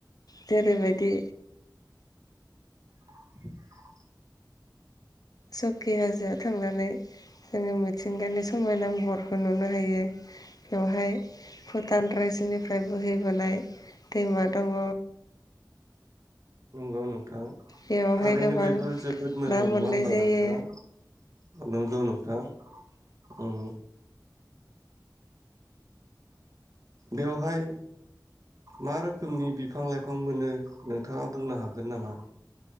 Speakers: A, on the left; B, on the right.
A: जेरैबायदि।
B: <unintelligible>
A: सौकि हाजोआव थांनानै जोङो मिथिंगानि समायना महरखौ नुनो हायो बेवहाय भुटान रायजोनिफ्राय बोहैबोनाय दैमा दङ।
B: नंगौ नोंथां।
A: बेवहाय
B: थारैनो
A: गोबां
B: बेफोर जोबोद मोजां
A: ना
B: नङा
A: मोननाय
B: होनबा
A: जायो
B: नोंथां नंगौ नोंथां उम बेवहाय मा रोखोमनि बिफां लाइफां मोनो नोंथाङा बुंनो हागोन नामा?